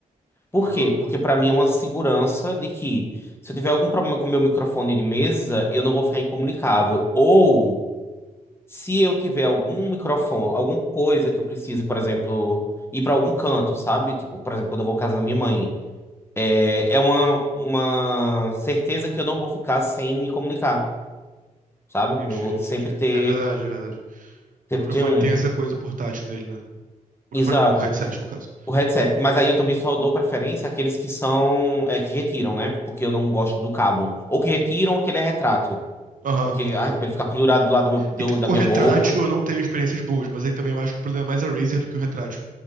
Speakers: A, on the left; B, on the right.
A: Por
B: Aham,
A: quê? Porque pra mim é uma segurança de que se eu tiver algum problema com o meu microfone de mesa, eu não vou ficar incomunicável. Ou se eu tiver algum microfone, alguma coisa que eu precise, por exemplo, ir pra algum canto, sabe? Tipo, por exemplo, quando eu vou à casa da minha mãe, é, é uma, uma certeza que eu não vou ficar sem me comunicar, sabe? Eu
B: entendi,
A: vou
B: entendi.
A: sempre ter,
B: É verdade, é verdade.
A: sempre
B: O microfone
A: ter um.
B: tem essa coisa portátil nele, né? O
A: Exato.
B: microfone não, o headset, no caso.
A: O headset, mas aí eu também só dou preferência àqueles que são, é, que retiram, né? Porque eu não gosto do cabo. Ou que retiram ou que ele é retrátil.
B: Aham,
A: Porque,
B: aham.
A: ai, pra ele ficar pendurado do lado do meu- do-
B: E t-
A: da
B: com
A: minha
B: o retrátil
A: boca, não...
B: eu não tenho experiências boas, mas aí também eu acho que o problema é mais a Razer do que o retrátil.